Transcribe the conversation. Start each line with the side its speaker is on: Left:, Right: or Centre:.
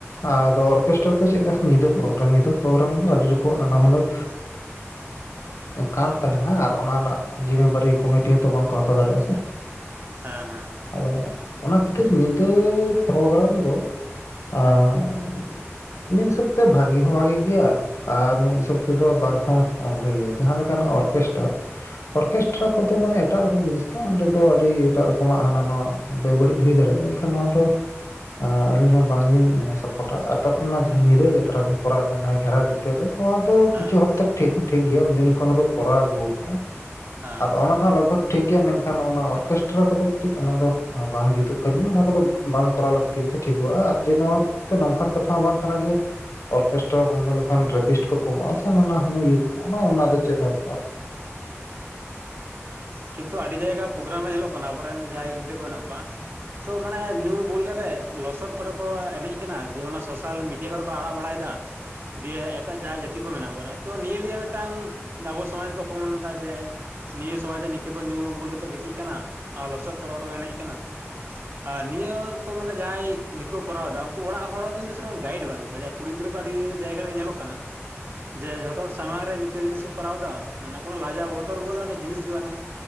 Left: ᱟᱫᱚ ᱚᱨᱠᱮᱥᱴᱟᱨ ᱫᱚ ᱪᱮᱫ ᱧᱤᱫᱟᱹ ᱯᱨᱳᱜᱨᱟᱢ ᱧᱤᱫᱟᱹ ᱯᱨᱳᱜᱨᱟᱢ ᱫᱚ ᱟᱹᱰᱤ ᱨᱚᱠᱚᱢ ᱱᱟᱱᱟ ᱦᱩᱱᱟᱹᱨ
Right: <unintelligible>
Left: ᱠᱟᱱᱰ ᱛᱟᱦᱮᱱᱟ ᱟᱨ ᱚᱱᱟ ᱨᱮᱱᱟᱜ ᱡᱤᱢᱟᱹ ᱵᱟᱨᱤ ᱠᱚᱢᱤᱴᱤ ᱦᱚᱸᱛᱚ ᱵᱟᱝᱠᱚ ᱦᱟᱛᱟᱣ ᱫᱟᱲᱮᱭᱟᱜᱼᱟ ᱥᱮ ᱾
Right: ᱦᱮᱸ ᱦᱮᱸ
Left: ᱟᱫᱚ ᱚᱱᱟ ᱠᱷᱟᱹᱛᱤᱨ ᱧᱤᱫᱟᱹ ᱯᱨᱳᱜᱨᱟᱢ ᱫᱚ ᱟᱨ ᱢᱤᱫ ᱦᱤᱥᱟᱹᱵᱽ ᱛᱮ ᱵᱷᱟᱜᱤ ᱦᱚᱸ ᱵᱷᱟᱜᱤ ᱜᱮᱭᱟ᱾ ᱟᱨ ᱢᱤᱫ ᱦᱤᱥᱟᱹᱵᱽ ᱛᱮᱫᱚ ᱵᱟᱝ ᱦᱚᱸ ᱵᱷᱟᱹᱜᱮᱭᱟ ᱡᱟᱦᱟᱸ ᱞᱮᱠᱟᱱ ᱚᱨᱠᱮᱥᱴᱟᱨ ᱚᱨᱠᱮᱥᱴᱨᱟ ᱠᱚᱫᱚ ᱢᱟᱱᱮ ᱮᱴᱟᱜ ᱨᱚᱠᱚᱢ ᱡᱤᱱᱤᱥ ᱠᱟᱱᱟ ᱚᱸᱰᱮ ᱫᱚ ᱟᱹᱰᱤ ᱮᱴᱟᱜ ᱨᱚᱠᱚᱢᱟᱜ ᱦᱟᱱᱟ ᱱᱚᱣᱟ ᱵᱮᱵᱟᱹᱲᱤᱡ ᱦᱩᱭ ᱫᱟᱲᱮᱭᱟᱜᱼᱟ ᱮᱱᱠᱷᱟᱱ ᱱᱚᱣᱟ ᱫᱚ ᱟᱹᱞᱤᱧ ᱦᱚᱸ ᱵᱟᱝᱞᱤᱧ ᱠᱚᱴᱟᱜ ᱟᱨ ᱛᱟᱨᱯᱚᱨ ᱚᱱᱟ ᱡᱟᱦᱟᱸ ᱧᱤᱫᱟᱹ ᱡᱟᱛᱨᱟ ᱵᱚᱱ ᱠᱚᱨᱟᱣ ᱮᱟ ᱡᱟᱦᱟᱸ ᱜᱮᱷᱨᱟ ᱵᱷᱤᱛᱟᱹᱨ ᱨᱮ ᱱᱚᱣᱟ ᱫᱚ
Right: ᱦᱮᱸ
Left: ᱠᱤᱪᱷᱩ ᱦᱟᱯᱛᱮ ᱴᱷᱤᱠ ᱦᱚᱸ ᱴᱷᱤᱠᱜᱮᱭᱟ ᱩᱱᱫᱤᱱ ᱠᱷᱚᱱ ᱦᱚᱸᱠᱚ ᱠᱚᱨᱟᱣ ᱟᱹᱜᱩ ᱟᱠᱟᱫᱟ
Right: ᱦᱮᱸ
Left: ᱟᱫᱚ ᱚᱱᱟ ᱫᱚ ᱞᱟᱜᱽ ᱵᱷᱚᱜᱽ ᱴᱷᱤᱠ ᱜᱮᱭᱟ ᱢᱮᱱᱠᱷᱟᱱ ᱚᱱᱟ ᱚᱨᱠᱮᱥᱴᱨᱟ ᱠᱚᱫᱚ ᱠᱟᱹᱴᱤᱡ ᱚᱱᱟ ᱫᱚ ᱵᱟᱝ ᱡᱩᱛᱩᱜ ᱠᱟᱱ ᱜᱮᱭᱟ ᱚᱱᱟ ᱠᱚᱫᱚ ᱵᱟᱝ ᱠᱚᱨᱟᱣ ᱞᱟᱹᱠᱛᱤᱜᱮ ᱴᱷᱤᱠᱚᱜᱼᱟ ᱟᱨ ᱡᱮ ᱱᱚᱣᱟᱛᱮ ᱱᱚᱝᱠᱟᱱ ᱠᱟᱛᱷᱟ ᱦᱚᱸ ᱵᱟᱝ ᱠᱟᱱᱟ ᱡᱮ ᱚᱨᱠᱮᱥᱴᱨᱟ ᱵᱚᱱᱫᱚ ᱞᱮᱠᱷᱟᱱ ᱨᱮᱯᱤᱥᱴ ᱠᱚ ᱠᱚᱢᱚᱜᱼᱟ ᱥᱮ ᱱᱟᱱᱟ ᱦᱩᱱᱟᱹᱨ ᱤᱭᱟᱹ ᱠᱚ᱾ ᱚᱱᱟᱫᱚ ᱪᱮᱫ ᱦᱚᱸ
Right: ᱠᱤᱱᱛᱩ ᱟᱹᱰᱤ ᱡᱟᱭᱜᱟ ᱯᱨᱳᱜᱨᱟᱢ ᱨᱮ ᱧᱮᱞᱚᱜ ᱠᱟᱱᱟ ᱟᱵᱚᱨᱮᱱ ᱡᱟᱦᱟᱸᱭ ᱜᱤᱫᱽᱨᱟᱹ ᱠᱚ ᱢᱮᱱᱟᱜ ᱠᱚᱣᱟ ᱛᱚ ᱢᱟᱱᱮ ᱧᱩ ᱵᱩᱞ ᱠᱟᱛᱮᱜ ᱞᱚᱥᱚᱫ ᱠᱚᱨᱮ ᱠᱚ ᱮᱱᱮᱡ ᱠᱟᱱᱟ ᱫᱤᱭᱮ ᱚᱱᱟ ᱥᱳᱥᱟᱞ ᱢᱤᱰᱤᱭᱟ ᱠᱚᱨᱮ ᱟᱲᱟᱜ ᱵᱟᱲᱟᱭᱮᱫᱟ ᱫᱤᱭᱮ ᱮᱴᱟᱜ ᱡᱟᱦᱟᱸᱭ ᱡᱟᱛᱤ ᱠᱚ ᱢᱮᱱᱟᱜ ᱵᱚᱱᱟ ᱛᱚ ᱱᱤᱭᱟᱹ ᱱᱤᱭᱮ ᱢᱤᱫᱴᱟᱝ ᱟᱵᱚ ᱥᱚᱢᱟᱡᱽ ᱠᱚ ᱚᱯᱚᱢᱟᱱ ᱮᱫᱟ ᱡᱮ ᱱᱤᱭᱟᱹ ᱥᱚᱢᱟᱡᱽ ᱫᱚ ᱛᱮ ᱠᱚ ᱧᱩ ᱵᱩᱞ ᱠᱟᱛᱮ ᱠᱚ ᱜᱤᱛᱤᱡ ᱠᱟᱱᱟ ᱟᱨ ᱞᱚᱥᱚᱫ ᱠᱚᱨᱮ ᱜᱚᱴᱟ ᱠᱚ ᱮᱱᱮᱡ ᱠᱟᱱᱟ᱾ ᱟᱨ ᱱᱤᱭᱟᱹ ᱠᱚ ᱢᱟᱱᱮ ᱡᱟᱦᱟᱸᱭ ᱱᱤᱭᱟᱹᱠᱩ ᱠᱚᱨᱟᱣ ᱮᱫᱟ ᱩᱱᱠᱩ ᱚᱲᱟᱜ ᱦᱚᱲ ᱦᱚᱸ ᱠᱤᱱᱛᱩ ᱥᱮᱨᱚᱠᱚᱢ ᱜᱟᱭᱤᱰ ᱵᱟᱹᱱᱩᱜ ᱠᱚᱣᱟ᱾ ᱠᱩᱲᱤ ᱜᱤᱫᱽᱨᱟᱹ ᱠᱚ ᱟᱹᱰᱤ ᱡᱟᱭᱜᱟ ᱨᱮᱜᱮ ᱧᱮᱞᱚᱜ ᱠᱟᱱᱟ᱾ ᱡᱮ ᱡᱷᱚᱛᱚ ᱦᱚᱲ ᱥᱟᱢᱟᱝ ᱨᱮ ᱱᱤᱝᱠᱟᱹ ᱡᱤᱱᱤᱥ ᱠᱚ ᱠᱚᱨᱟᱣ ᱮᱫᱟ ᱢᱟᱱᱮ ᱠᱚᱱᱳ ᱞᱟᱡᱟᱣ ᱵᱚᱛᱚᱨ ᱵᱚᱞᱮ ᱡᱤᱱᱤᱥ ᱜᱮ ᱵᱟᱱᱩᱜᱼᱟ।